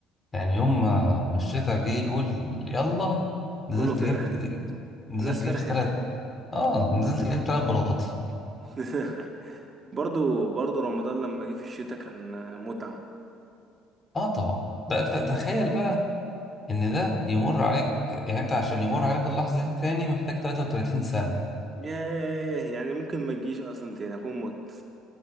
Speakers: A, on the left; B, on the right.
A: يعني يوم ما مش شتا جه يقول يلا نزلت
B: كله فرح
A: جبت نزلت
B: الناس فرحت
A: جبت تلات آه نزلت جبت تلات بلاطي
B: <laughs> برضو برضو رمضان لما جه في الشتاء كان متعة
A: آه طبعا ده ت- تخيل بقى إن ده يمر عليك يعني أنت عشان يمر عليك اللحظة دي تاني محتاج 33 سنة
B: ياه يعني ممكن ما تجيش اصلا تاني اكون مت